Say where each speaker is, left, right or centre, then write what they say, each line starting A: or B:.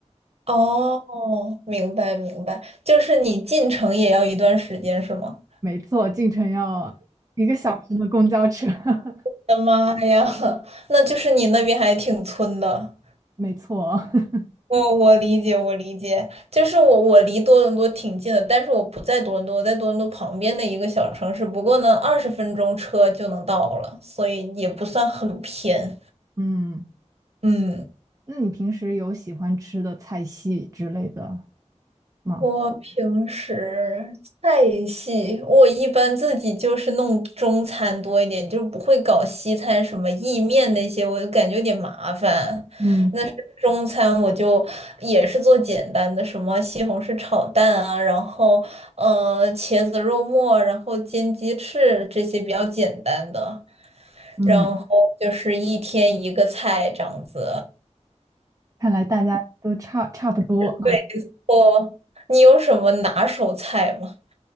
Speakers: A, on the right; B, on the right.
A: 哦，明白明白，就是你进城也要一段时间是吗？
B: 没错，进城要一个小时的公交车，<laughs>
A: 我的妈呀，<laughs> 那就是你那边还挺村的。
B: 没错。<laughs>
A: 我我理解，我理解，就是我我离多伦多挺近的，但是我不在多伦多，我在多伦多旁边的一个小城市，不过呢，二十分钟车就能到了，所以也不算很偏。
B: 嗯，
A: 嗯，
B: 那你平时有喜欢吃的菜系之类的吗？
A: 我平时菜系，我一般自己就是弄中餐多一点，就不会搞西餐什么意面那些，我就感觉有点麻烦。
B: 嗯
A: 那是中餐，我就也是做简单的，什么西红柿炒蛋啊，然后呃茄子肉末，然后煎鸡翅这些比较简单的，
B: 嗯，
A: 然后就是一天一个菜这样子。
B: 看来大家都差差不多。
A: 对，哦，你有什么拿手菜吗？